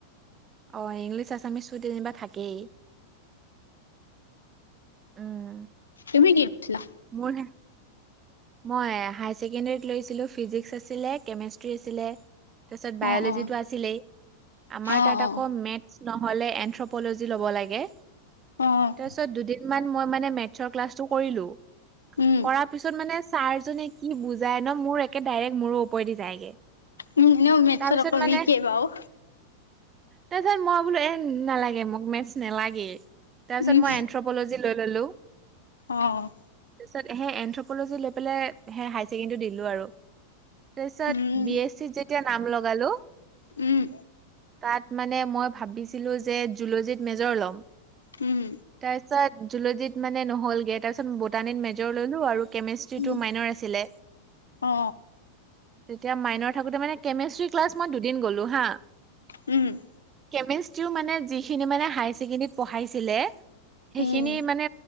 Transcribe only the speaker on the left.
তুমি কি উঠিলা?
অ অ
অ
অ
অ', অ'।
উম
ইন এনেও মেতছত
অকমান
উইকে বাৰু।
উম
অ', অ'।
উম
উম।
উম।
উম
অ
উম।
উম